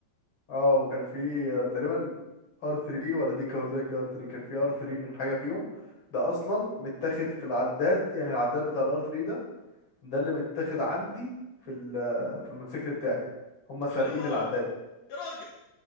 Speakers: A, on the left (about 35°); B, on the left (about 75°).
A: اه وكان في آه، تقريبا ار 3 ولا دي كاوزاكي ار 3 كان في ار 3 من حاجه فيهم ده اصلا متاخد في العداد يعني العداد بتاع الار 3 ده ده اللي متاخد عندي في ال- آه، في الموتوسيكل بتاعي هم سارقين
B: حلو قوي
A: العداد
B: يا راجل